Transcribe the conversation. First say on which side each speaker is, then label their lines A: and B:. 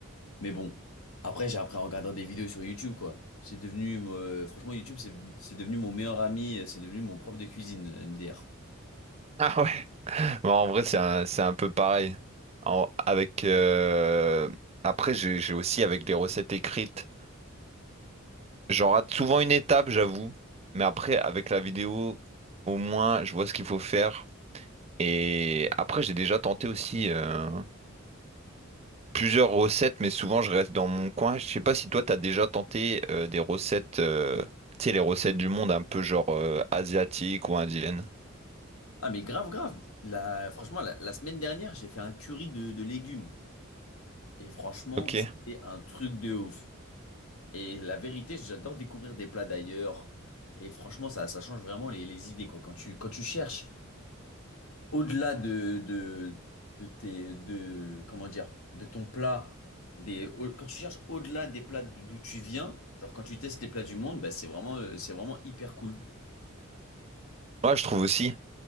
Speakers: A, on the left; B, on the right.
A: Mais bon, après j'ai appris en regardant des vidéos sur YouTube, quoi. C'est devenu, euh, franchement, YouTube, c'est c'est devenu mon meilleur ami, euh, c'est devenu mon prof de cuisine, MDR.
B: Ah ouais. Bon, en vrai, c'est un, c'est un peu pareil. En- avec euh, après, j'ai, j'ai aussi avec les recettes écrites. J'en rate souvent une étape, j'avoue, mais après, avec la vidéo, au moins, je vois ce qu'il faut faire. Et après, j'ai déjà tenté aussi euh, plusieurs recettes, mais souvent, je reste dans mon coin. Je sais pas si toi, t'as déjà tenté euh, des recettes, euh, tu sais, les recettes du monde un peu genre euh, asiatiques ou indiennes.
A: Ah mais grave grave. La, franchement la, la semaine dernière j'ai fait un curry de, de légumes et franchement
B: Ok.
A: c'était un truc de ouf. Et la vérité j'adore découvrir des plats d'ailleurs et franchement ça, ça change vraiment les, les idées quoi. Quand tu, quand tu cherches au-delà de, de, de tes de comment dire de ton plat des au- quand tu cherches au-delà des plats d- d'où tu viens genre quand tu testes les plats du monde bah, c'est vraiment euh, c'est vraiment hyper cool.
B: moi je trouve aussi.